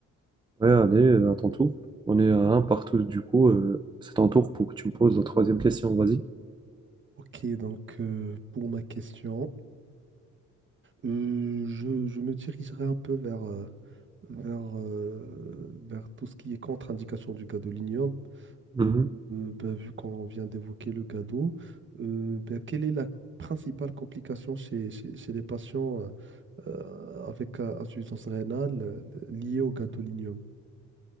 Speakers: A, on the right (about 15°); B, on the right (about 40°).
A: Ouais, allez, euh, à ton tour. On est à un partout, du coup, euh, c'est ton tour pour que tu me poses la troisième question, vas-y.
B: Ok, donc euh, pour ma question, euh, je, je me dirigerai un peu vers, euh, vers, euh, vers tout ce qui est contre-indication du gadolinium.
A: Mhm.
B: Euh, euh, ben, vu qu'on vient d'évoquer le gado, euh, ben, quelle est la principale complication chez, chez- chez les patients euh, avec euh, insuffisance rénale euh, liée au gadolinium?